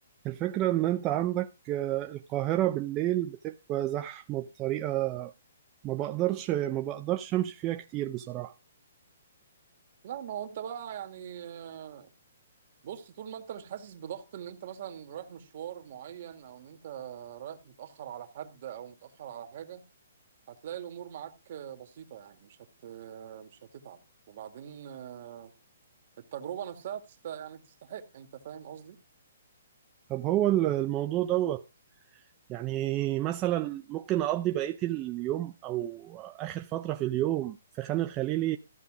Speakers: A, on the right (about 20°); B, on the right (about 45°).
A: الفكره ان انت عندك آه، القاهره بالليل بتبقى زحمه بطريقه ما بقدرش ما بقدرش امشي فيها كتير بصراحه
B: لا ما هو انت بقى يعني آه، بص طول ما انت مش حاسس بضغط ان انت مثلا رايح مشوار معين او ان انت رايح متأخر على حد او متأخر على حاجة هتلاقي الامور معاك آه، بسيطة يعني مش هت آه، مش هتتعب وبعدين آه، التجربة نفسها تست... يعني تستحق انت فاهم قصدي
A: طب هو الموضوع ده يعني مثلا ممكن أقضي بقية اليوم أو آخر فترة في اليوم في خان الخليلي